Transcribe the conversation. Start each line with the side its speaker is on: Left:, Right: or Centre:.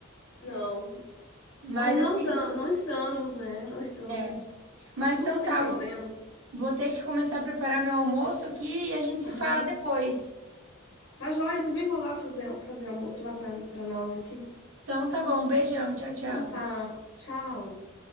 Left: Não,
Right: Mas,
Left: não, não,
Right: assim,
Left: tam, não estamos, né? Não estamos.
Right: é. Mas
Left: Tudo
Right: então
Left: tem
Right: tá,
Left: problema.
Right: vou, vou ter que começar a preparar meu almoço aqui e a gente se
Left: Aham.
Right: fala depois.
Left: Tá joia, eu também vou lá fazer, fazer almoço lá para nós aqui.
Right: Então tá bom, um beijão, tchau, tchau.
Left: Então tá, tchau.